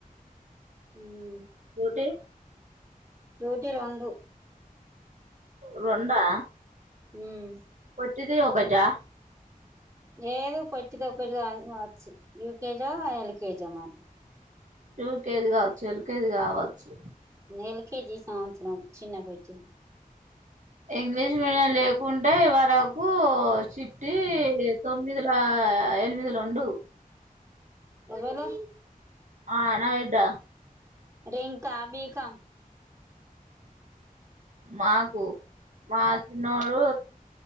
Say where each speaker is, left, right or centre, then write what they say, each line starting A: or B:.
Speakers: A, on the right; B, on the right.
A: మ్మ్
B: ఒటే
A: నూటి రెండు
B: రొండా
A: మ్మ్
B: తిది ఒగటా
A: లేదు పొట్టిదొక్కటిగాదు కావచ్చు యూకేజో ఎల్కేజొ మరి
B: యూకేజి కావచ్చు ఎల్ యుకేజి కావచ్చు
A: ఎల్కేజీ సంవత్సరం చిన్న బుజ్జి
B: ఇంగ్లీష్ మీడియం లేకుంటె వరకూ చిట్టీ తొమ్న్మిదిల ఆ ఎనిమిదల ఉండు
A: ఎవలు
B: ఆ నా విడ్డ
A: రింకా బీకాం
B: మాకు మా చిన్నోడూ